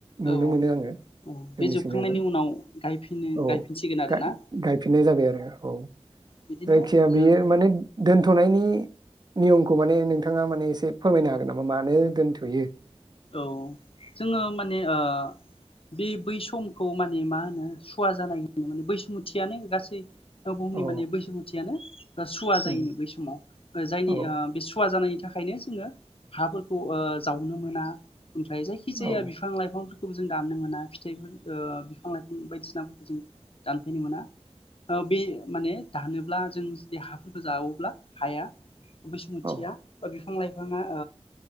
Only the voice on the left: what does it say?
औ
औ
बे जोबखांनायनि उनाव गायफिनो
गायफिनसिगोन आरोना
बिदिनो
ओ
औ जोङो माने ओ बे बै समखौ माने मा होनो सुवा जानाय होनो माने बैसुमुथियानो गासै औ बुहुमनि
माने बैसुमुथियानो सुवा
जायोनो बै समाव जायनि
बे सुवा जानाय थाखायनो जोङो हाफोरखौ जावनो मोना ओमफ्राय जायखि जाया
बिफां लाइफां खौ जों दाननो मोना फिथाइफोरखौ बिफां लाइफां बायदिसिनाफोरखौ जों दानफाइनो मोना। औ बे माने दानोब्ला जों जुदि हाफोरखौ जावोब्ला हाया बैसुमुथिया
बिफां लाइफाङा